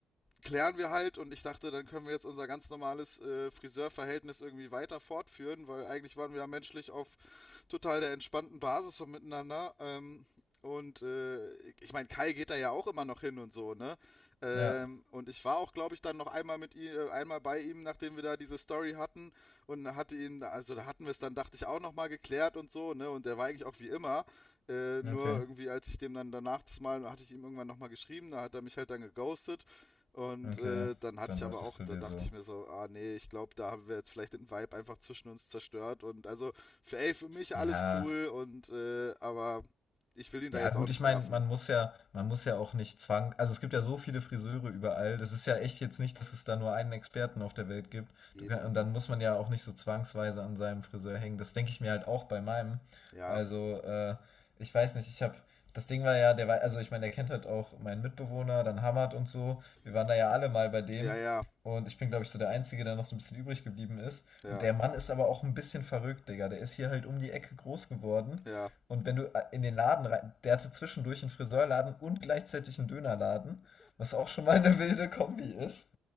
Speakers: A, on the left; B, on the left.
A: klären wir halt und ich dachte, dann können wir jetzt unser ganz normales äh, Friseurverhältnis irgendwie weiter fortführen, weil eigentlich waren wir ja menschlich auf total der entspannten Basis so miteinander. Ähm, und äh, ich meine, Kai geht da ja auch immer noch hin und so, ne? Ähm,
B: ja.
A: und ich war auch, glaube ich, dann noch einmal mit ihm, äh, einmal bei ihm, nachdem wir da diese Story hatten und hatte ihn, also da hatten wir es dann, dachte ich, auch nochmal geklärt und so, ne? Und der war eigentlich auch wie immer. Äh, nur
B: Okay,
A: irgendwie, als ich dem dann danach das Mal, hatte ich ihm irgendwann nochmal geschrieben, da hat er mich halt dann geghostet. Und
B: okay.
A: äh, dann hatte
B: Dann
A: ich
B: dachtest
A: aber auch,
B: du
A: da
B: dir
A: dachte
B: so,
A: ich mir so, ah nee, ich glaube, da haben wir jetzt vielleicht den Vibe einfach zwischen uns zerstört. Und also, für, ey, für mich
B: ja,
A: alles cool und äh, aber ich will ihn
B: Ja,
A: da jetzt
B: gut,
A: auch nicht
B: ich meine,
A: nerven.
B: man muss ja man muss ja auch nicht zwang also, es gibt ja so viele Friseure überall. Das ist ja echt jetzt nicht, dass es da nur einen Experten auf der Welt gibt.
A: Eben.
B: Du kann und dann muss man ja auch nicht so zwangsweise an seinem Friseur hängen. Das denke ich mir halt auch bei meinem.
A: Ja.
B: Also, äh, ich weiß nicht, ich habe das Ding war ja, der war also, ich meine, der kennt halt auch meinen Mitbewohner, dann Hamad und so. Wir waren da ja alle mal bei dem
A: Ja, ja,
B: und ich bin, glaube ich, so der Einzige, der noch so ein bisschen übrig geblieben ist.
A: ja,
B: Und der Mann ist aber auch ein bisschen verrückt, Digga. Der ist hier halt um die Ecke groß geworden
A: ja.
B: und wenn du äh, in den Laden rein, der hatte zwischendurch einen Friseurladen und gleichzeitig einen Dönerladen, was auch schon mal eine <laughs> wilde Kombi ist.